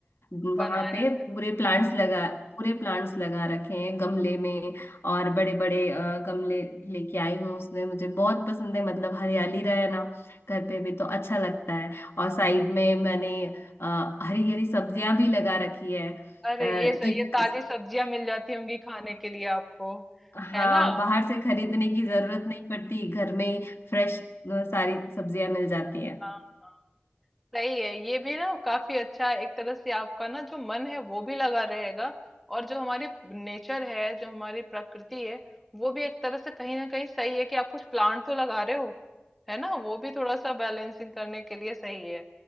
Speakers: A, on the left; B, in the centre.
A: वहां
B: बनाया
A: पे पूरे प्लांट्स लगा पूरे प्लांट्स लगा रखे हैं गमले में और बड़े बड़े अ, गमले लेके आई हूँ उसमें मुझे बहुत पसंद है मतलब हरियाली रहे ना घर पे भी तो अच्छा लगता है और साइड में मैंने हरी हरी सब्जियां भी लगा रखी है अ,
B: अरे
A: कि
B: ये सही है ताजी सब्जियां मिल जाती होंगी खाने के लिए आपको
A: हाँ
B: है ना हाँ
A: बाहर से खरीदने की जरूरत नहीं पड़ती घर में ही फ्रेश सारी सब्जियां मिल जाती हैं
B: हाँ सही है ये भी ना काफी अच्छा है एक तरह से आपका ना जो मन है वो भी लगा रहेगा और जो हमारे नेचर है जो हमारी प्रकृति है वो भी एक तरह से कहीं ना कहीं सही है कि आप कुछ प्लांट तो लगा रहे हो है ना वो भी थोड़ा सा बैलेंसिंग करने के लिए सही है